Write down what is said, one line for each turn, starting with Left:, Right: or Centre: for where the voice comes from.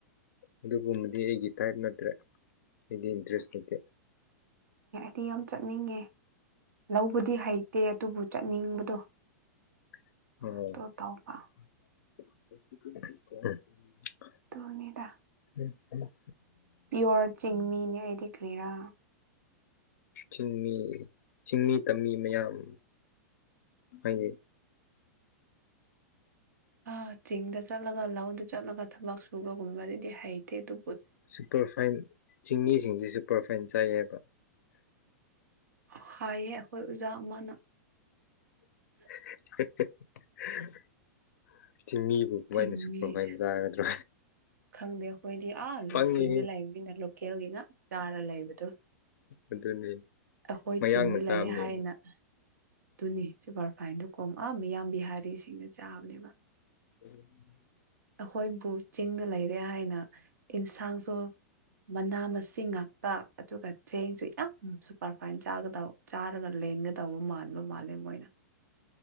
Left: ꯑꯗꯨꯒꯨꯝꯕꯗꯤ ꯑꯩꯒꯤ ꯇꯥꯏꯞ ꯅꯠꯇ꯭ꯔꯦ ꯑꯩꯗꯤ ꯏꯟꯇꯔꯦꯁ ꯂꯩꯇꯦ
Right: ꯇꯤ ꯌꯥꯝ ꯆꯠꯅꯤꯡꯉꯦ ꯂꯧꯕꯗꯤ ꯍꯩꯇꯦ ꯑꯗꯨꯕꯨ ꯆꯠꯅꯤꯡꯕꯗꯣ
Left: ꯑꯣ
Right: ꯑꯗꯨ ꯇꯧꯕ ꯇꯣꯅꯤꯗꯥ
Left: ꯎꯝ
Right: ꯄꯤꯌꯣꯔ ꯆꯤꯡꯃꯤ ꯅ꯭ꯏꯗꯤ ꯀ꯭ꯔꯤꯔꯥ
Left: ꯆꯤꯡꯃꯤ ꯆꯤꯡꯃꯤ ꯇꯝꯃꯤ ꯃꯌꯥꯝ ꯍꯥꯏ
Right: ꯑ ꯆꯤꯡꯗ ꯆꯠꯂꯒ ꯂꯧꯗ ꯆꯠꯂꯒ ꯊꯕꯛ ꯁꯨꯕꯒꯨꯝꯕꯗꯤꯗꯤ ꯍꯩꯇꯦ ꯑꯗꯨ
Left: ꯁꯨꯄꯔꯐꯥꯏꯟ ꯆꯤꯡꯃꯤꯁꯤꯡꯁ ꯁꯨꯄꯔꯐꯥꯏꯟ ꯆꯥꯏꯌꯦꯕ
Right: ꯍꯥꯏꯌꯦ ꯑꯩꯈꯣꯏ ꯑꯣꯖꯥ ꯑꯃꯅ
Left: <unintelligible> ꯆꯤꯡꯃꯤꯕꯨ ꯀꯃꯥꯏꯅ
Right: ꯁꯤꯁꯤꯡꯃꯤꯁ
Left: ꯁꯨꯄꯔꯐꯥꯏꯟ ꯆꯥꯒꯗ꯭ꯔꯣ
Right: ꯈꯪꯗꯦ ꯑꯩꯈꯣꯏꯗꯤ ꯑꯥ
Left: ꯄꯪꯉꯤ
Right: ꯆꯤꯡꯅ ꯂꯩꯕꯅꯤꯅ ꯂꯣꯀꯦꯜꯒꯤꯅ ꯆꯥꯔ ꯂꯩꯕꯗꯣ
Left: ꯑꯗꯨꯅꯤ
Right: ꯑꯩꯈꯣꯏ
Left: ꯃꯌꯥꯡꯅ
Right: ꯆꯤꯡꯅ
Left: ꯆꯥꯕꯅꯤ
Right: ꯂꯩ ꯍꯥꯏꯅ ꯑꯗꯨꯅꯤ ꯁꯨꯄꯔꯐꯥꯏꯟꯗꯣ ꯀꯣꯝ ꯑꯥ ꯃꯤꯌꯥꯝ ꯕꯤꯍꯥꯔꯤꯁꯤꯡꯅ ꯆꯥꯕꯅꯦꯕ
Left: ꯎꯝ
Right: ꯑꯩꯈꯣꯏꯕꯨ ꯆꯤꯡꯗ ꯂꯩꯔꯦ ꯍꯥꯏꯅ ꯌꯦꯟꯁꯥꯡꯁꯨ ꯃꯅꯥ ꯃꯁꯤꯡ ꯉꯥꯛꯇ ꯑꯗꯨꯒ ꯆꯦꯡꯁꯨ ꯌꯥꯝ ꯁꯨꯄꯔꯐꯥꯏꯟ ꯆꯥꯒꯗꯕ ꯆꯥꯔꯒ ꯂꯦꯡꯒ ꯇꯧꯕ ꯃꯥꯟꯕ ꯃꯥꯜꯂꯦ ꯃꯣꯏꯅ